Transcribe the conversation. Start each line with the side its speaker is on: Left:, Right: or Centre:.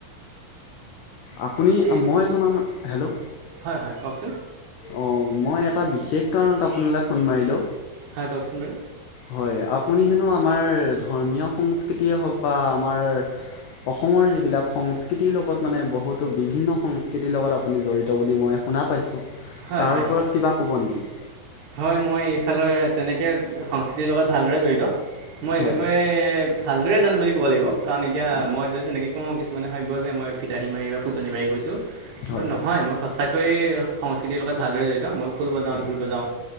Left: আপুনি
Right: এই
Left: মই জনামত, হেল্ল'
Right: হয় হয় কওক।
Left: অঁ মই এটা বিশেষ কাৰণত আপোনালে ফোন মাৰিলো,
Right: হয় কওকচোন বাৰু
Left: হয় আপ আপুনি হেনো আমাৰ ধৰ্মীয় সংস্কৃতিয়ে হওক বা আমাৰ অসমৰ যিবিলাক সংস্কৃতিৰ লগত মানে বহুতো বিভিন্ন সংস্কৃতিৰ লগত আপুনি জড়িত বুলি মই শুনা পাইছোঁ,
Right: হয়
Left: তাৰ
Right: হয়
Left: ওপৰত কিবা ক'ব নিকি?
Right: হয় মই এইফালে তেনেকে সংস্কৃতিৰ লগত ভালদৰে জড়িত, মই
Left: হয়।
Right: এই বিষয়ে ভালদৰে জানো বুলি ক'ব লাগিব, কাৰণ এতিয়া
Left: হয়,
Right: মই ততি তেনেকৈ কওঁ কিছুমানে ভাবিব যে মই ফিতাহী মাৰি বা ফুটনি মাৰি কৈছো মাৰি কৈছো। কিন্তু
Left: হয়,
Right: নহয় মই সঁচাকৈয়ে সংস্কৃতিৰ লগত ভালদৰে জড়িত মই খোল বজাওঁ,
Left: হয়,
Right: ঢোল বজাওঁ,